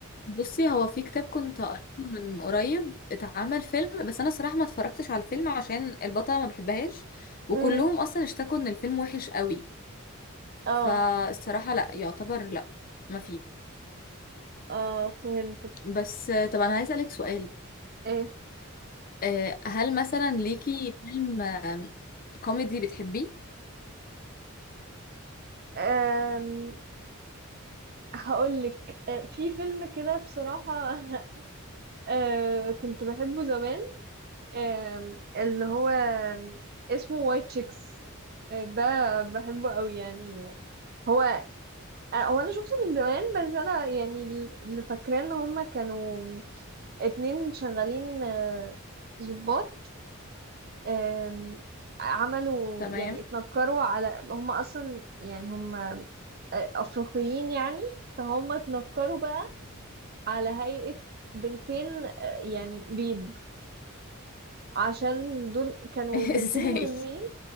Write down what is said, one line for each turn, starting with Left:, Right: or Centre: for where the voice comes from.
Left: بصي هو في كتاب كنت قريته من قريب اتعمل فيلم بس انا صراحه ما اتفرجتش على الفيلم عشان البطله ما بحبهاش وكلهم
Right: امم
Left: اصلا اشتكوا ان الفيلم وحش قوي
Right: اه
Left: فالصراحه لا يعتبر لا ما فيه
Right: اه فهمتك
Left: بس آه، طب انا عايز اسالك سؤال
Right: ايه
Left: آه، هل مثلا ليكي فيلم آم، كوميدي بتحبيه
Right: أم... هقولك آه، في فيلم كده بصراحة <laughs> آه، كنت بحبه زمان آم، اللي هو اسمه وايت شيكس ده بحبه قوي يعني هو آه، هو انا شفته من زمان بس انا يعني اللي فاكراه ان هما كانوا اتنين شغالين آه، ضباط آم، عملوا
Left: تمام
Right: يعني اتنكروا على هم اصلا يعني هم آه، افريقيين يعني فهم اتنكروا بقى على هيئة بنتين آه، يعني بيض عشان دول كانوا
Left: <laughs>
Right: بنتين
Left: ازاي
Right: مهمين